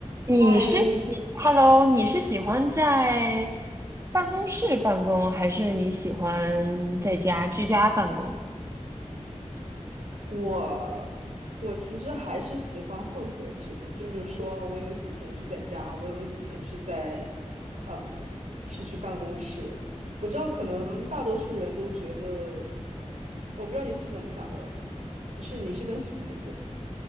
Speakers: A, on the right (about 25°); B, on the right (about 85°).
A: 你是喜，Hello，
B: 嗨，
A: 你是喜欢在办公室办公，还是你喜欢在家居家办公？
B: 我我其实还是喜欢混合制的，就是说我有几天是在家，我有几天是在，嗯，是去办公室。我知道可能大多数人都觉得，我不知道你是怎么想的，你是你是更喜欢哪个？